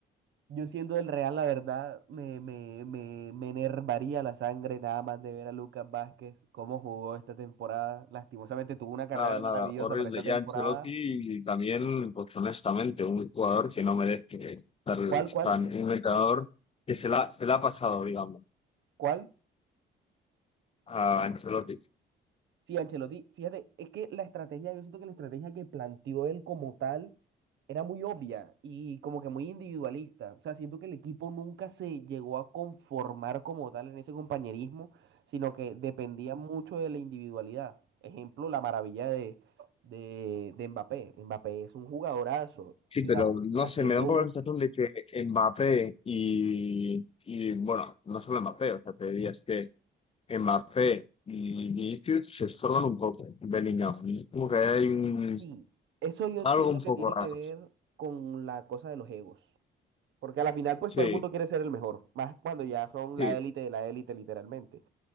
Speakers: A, on the right; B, on the left.
A: Yo siendo del Real, la verdad, me, me, me, me enervaría la sangre nada más de ver a Lucas Vázquez, cómo jugó esta temporada. Lastimosamente tuvo una carrera
B: nada,
A: maravillosa
B: nada, horrible.
A: para esta temporada.
B: Ya Ancelotti también, pues honestamente, un jugador que no merece estar
A: ¿Cuál, cuál,
B: tan un entrenador que se la, se la ha pasado, digamos,
A: cuál?
B: a Ancelotti.
A: Sí, Ancelotti, fíjate, es que la estrategia, yo siento que la estrategia que planteó él como tal era muy obvia y como que muy individualista. O sea, siento que el equipo nunca se llegó a conformar como tal en ese compañerismo, sino que dependía mucho de la individualidad. Ejemplo, la maravilla de, de, de Mbappé. Mbappé es un jugadorazo
B: Sí,
A: y
B: pero
A: au-
B: no
A: haciendo
B: sé, me da un
A: un...
B: poco la sensación de que Mbappé y, y bueno, no solo Mbappé, o sea, te diría es que Mbappé y Vinicius se estorban un poco, Bellingham. Es como que hay un,
A: Sí, eso yo
B: algo
A: siento
B: un
A: que
B: poco
A: tiene
B: raro.
A: que ver con la cosa de los egos. Porque a la final, pues
B: Sí,
A: todo el mundo quiere ser el mejor, más cuando ya son
B: sí,
A: la élite de la élite, literalmente.